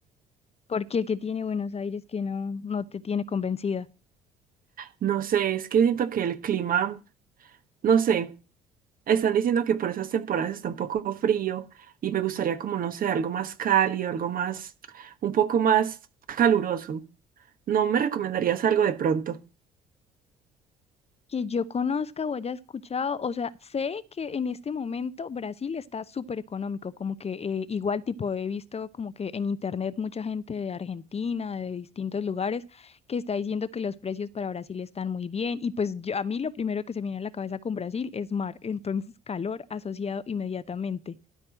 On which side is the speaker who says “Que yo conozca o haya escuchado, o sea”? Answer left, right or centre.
Left